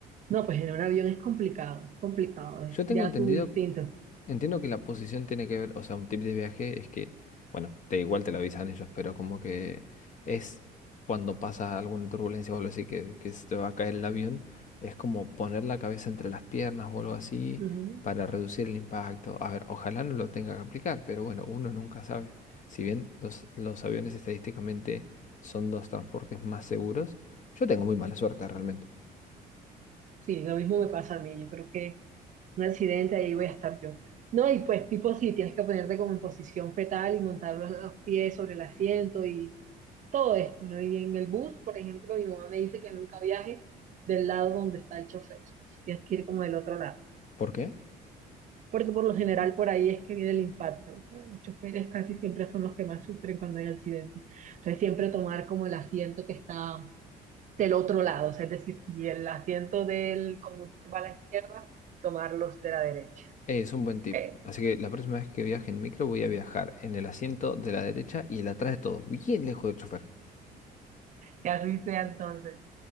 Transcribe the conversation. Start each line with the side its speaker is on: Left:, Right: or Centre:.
Right: No, pues en un avión es complicado, es complicado, es
Left: Yo tengo
Right: ya
Left: entendido
Right: tu instinto.
Left: Entiendo que la posición tiene que ver, o sea, un tip de viaje es que, bueno, te igual te lo avisan ellos, pero como que es cuando pasa alguna turbulencia o algo así que, que se te va a caer el avión, es como poner la cabeza entre las piernas o algo así
Right: Ujú.
Left: para reducir el impacto. A ver, ojalá no lo tenga que aplicar, pero bueno, uno nunca sabe. Si bien los, los aviones estadísticamente son los transportes más seguros, yo tengo muy mala suerte realmente.
Right: Sí, lo mismo me pasa a mí, yo creo que un accidente, ahí voy a estar yo. No, y pues tipo sí, tienes que ponerte como en posición fetal y montar los, los pies sobre el asiento y todo esto, ¿no? Y en el bus, por ejemplo, mi mamá me dice que nunca viaje del lado donde está el chofer, entonces tienes que ir como del otro lado,
Left: ¿Por qué?
Right: porque por lo general por ahí es que viene el impacto, o sea, los choferes casi siempre son los que más sufren cuando hay accidente, entonces siempre tomar como el asiento que está del otro lado, o sea, es decir, si el asiento del conductor va a la izquierda, tomarlos de la derecha.
Left: Es un buen tip.
Right: E-
Left: Así que la próxima vez que viaje en micro voy a viajar en el asiento de la derecha y el atrás de todo, bien lejos del chofer.
Right: Que así sea entonces.